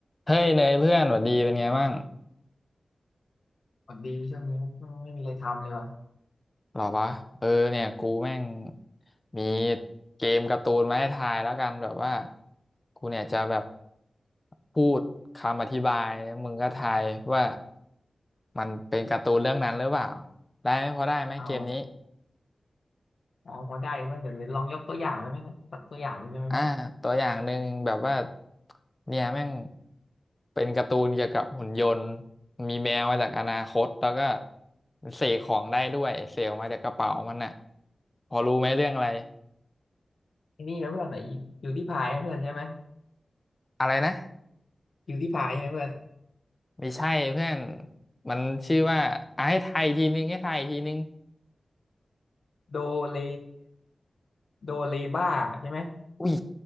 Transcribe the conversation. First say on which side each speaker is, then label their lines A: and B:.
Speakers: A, on the left; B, on the left.
A: เฮ้ยเนยเพื่อนหวัดดีเป็นไงบ้าง
B: พอดีช่วงนี้ไม่มีอะไรทำเลยวะ
A: หรอวะเออเนี่ยกูแม่งมีเกมการ์ตูนมาให้ทายแล้วกันแบบว่ากูเนี่ยจะแบบพูดคำอธิบายแล้วมึงก็ทายว่ามันเป็นการ์ตูนเรื่องนั้นหรือเปล่าได้ไหมพอได้ไหมเกมนี้
B: อ๋ออ๋อพอได้เพื่อนเดี๋ยวลองยกตัวอย่างได้ไหมนะสักตัวอย่างหนึ่งได้ไหมเพื่อน
A: อ่าตัวอย่างหนึ่งแบบว่าเนี่ยแม่งเป็นการ์ตูนเกี่ยวกับหุ่นยนต์มีแมวมาจากอนาคตแล้วก็เสกของได้ด้วยเสกออกมาจากกระเป๋ามันน่ะพอรู้ไหมเรื่องอะไร
B: ไอ้นี่ไหมเพื่อนไหนบิวตี้พายเพื่อนใช่ไหม
A: อะไรนะ
B: บิวตี้พายใช่ไหมเพื่อน
A: ไม่ใช่เพื่อนมันชื่อว่าอ่ะให้ไทายอีกทีนึงให้ไทายอีกทีนึง
B: โดเลโดเลบ้าใช่ไหม
A: อุ้ย